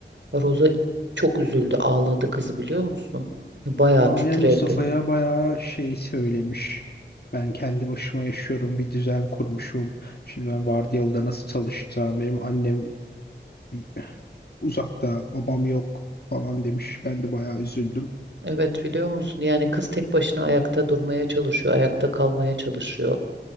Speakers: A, on the right; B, on the left.
A: Roza çok üzüldü ağladı kız biliyor musun? Bayağı
B: Aynen
A: titredi.
B: Mustafa'ya bayağı şey söylemiş. Ben kendi başıma yaşıyorum, bir düzen kurmuşum. Şimdi ben vardiyalıda nasıl çalışacağım? Benim annem bir- uzakta, babam yok falan demiş. Ben de bayağı üzüldüm.
A: Evet biliyor musun? Yani kız tek başına ayakta durmaya çalışıyor, ayakta kalmaya çalışıyor.